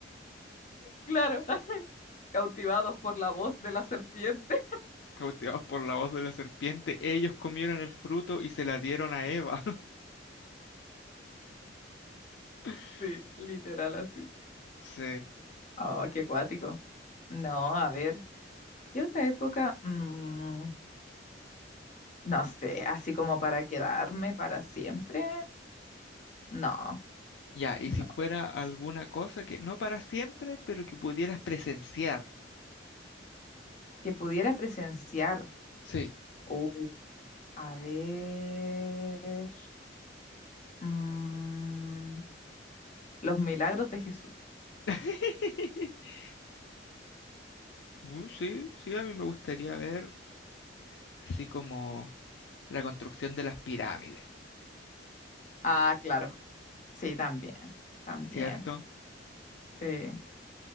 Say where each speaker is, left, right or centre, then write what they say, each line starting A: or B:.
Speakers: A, on the left; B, on the left.
A: claro, <laughs> cautivados por la voz de la serpiente. <laughs>
B: cautivados por la voz de la serpiente. Ellos comieron el fruto y se la dieron a Eva. <laughs>
A: Sí, literal así.
B: Sí.
A: Oh, qué cuático. No, a ver, ¿qué otra época? Mm, no sé, así como para quedarme para siempre. No,
B: Ya, y
A: no.
B: si fuera alguna cosa que no para siempre, pero que pudieras presenciar.
A: Que pudiera presenciar.
B: Sí.
A: Uh, a ver. mm, los milagros de Jesús.
B: <laughs> Uh, sí, sí, a mí me gustaría ver así como la construcción de las pirámides,
A: Ah, claro. Sí, también. También.
B: ¿cierto?
A: Sí.